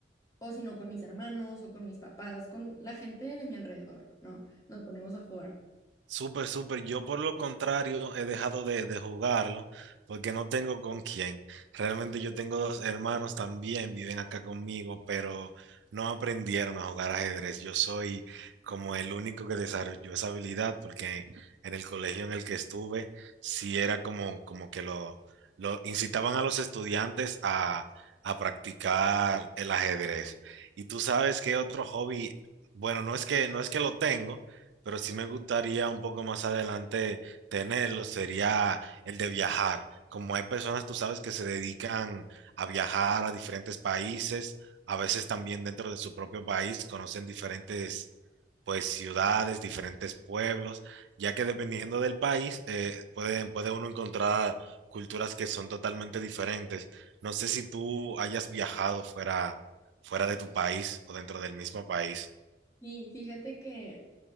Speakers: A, on the left (about 20°); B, on the right (about 90°).
A: o si no con mis hermanos o con mis papás, con la gente de mi alrededor, ¿no? Nos ponemos a jugar.
B: Súper, súper. Yo por lo contrario he dejado de, de jugarlo porque no tengo con quién. Realmente yo tengo dos hermanos también, viven acá conmigo, pero no aprendieron a jugar ajedrez. Yo soy como el único que desarrolló esa habilidad porque en el colegio en el que estuve sí era como, como que lo, lo incitaban a los estudiantes a, a practicar el ajedrez. Y tú sabes qué otro hobby, bueno, no es que, no es que lo tengo pero sí me gustaría un poco más adelante tenerlo, sería el de viajar. Como hay personas, tú sabes, que se dedican a viajar a diferentes países, a veces también dentro de su propio país conocen diferentes, pues, ciudades, diferentes pueblos, ya que dependiendo del país, eh, puede, puede uno encontrar culturas que son totalmente diferentes. No sé si tú hayas viajado fuera, fuera de tu país o dentro del mismo país.
A: Y fíjate que